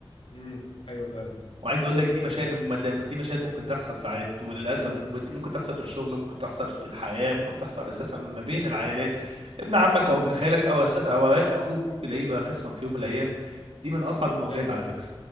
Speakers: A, on the left; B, on the right.
A: مم. ايوه فعلا
B: وعايز اقول لك دي
A: ايوه
B: مشاهد
A: فعلا
B: مدام- دي مشاهد ممكن تحصل ساعات وللاسف
A: مم.
B: بت- ممكن تحصل في الشغل ممكن تحصل في الحياه ممكن تحصل اساسا ما بين العائلات ابن عمك
A: مم.
B: او ابن خالك او اساسا او اوقات اخوك تلاقيه بقى خصمك في يوم من الايام دي من اصعب المواجهات
A: ايوه
B: على
A: ايوه
B: فكره